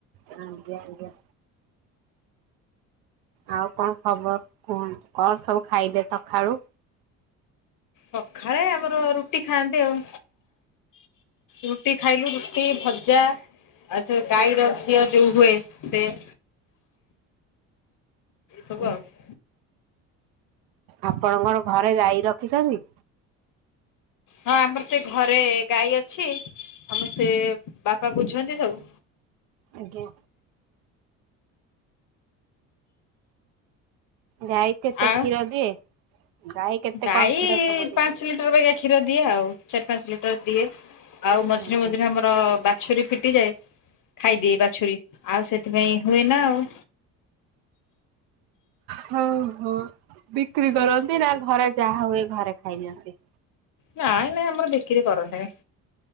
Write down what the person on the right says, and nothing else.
ଆଜ୍ଞା ଆଜ୍ଞା। ଆଉ କଣ ଖବର କୁହ? କଣ ସବୁ ଖାଇଲେ ସକାଳୁ?
ହୁଁ
ଆପଣଙ୍କ ଘରେ ଗାଈ ରଖିଛନ୍ତି?
ଆଜ୍ଞା। ଗାଈ କେତେ
କ୍ଷୀର ଦିଏ? ଗାଈ କେତେ
କଣ କ୍ଷୀର ସବୁ ଦିଏ?
ଆଜ୍ଞା।
ହଁ ହଁ ବିକ୍ରି କରନ୍ତି ନା ଘରେ ଯାହା ହୁଏ ଘରେ ଖାଇ ଦିଅନ୍ତି।